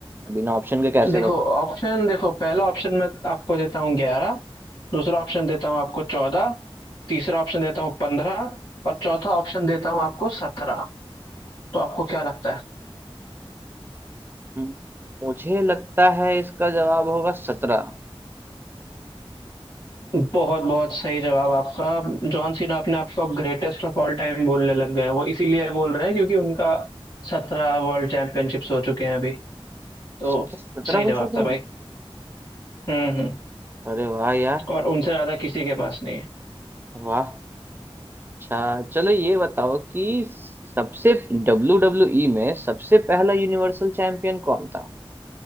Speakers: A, on the right; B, on the left.
A: बिना ऑप्शन के कैसे
B: देखो
A: बताऊं
B: ऑप्शन देखो पहला ऑप्शन मैं आपको देता हूँ ग्यारह दूसरा ऑप्शन देता हूँ आपको चौदह तीसरा ऑप्शन देता हूँ पंद्रह और चौथा ऑप्शन देता हूँ आपको सत्रह तो आपको क्या लगता है
A: हम्म, मुझे लगता है इसका जवाब होगा सत्रह
B: बहुत बहुत सही जवाब आपका जॉन सीना अपने आप को अब ग्रेटेस्ट ऑफ ऑल टाइम बोलने लग गए हैं वो इसीलिए बोल रहे हैं क्योंकि उनका सत्रह वर्ल्ड चैंपियनशिप्स हो चुके हैं अभी तो
A: सत्रह
B: सही जवाब
A: हो चुके
B: था भाई
A: हैं
B: हम्म हम्म
A: अरे वाह यार
B: और उनसे ज्यादा किसी के पास नहीं है
A: वाह अच्छा चलो ये बताओ कि सबसे डब्ल्यू डब्ल्यू ई में सबसे पहला यूनिवर्सल चैंपियन कौन था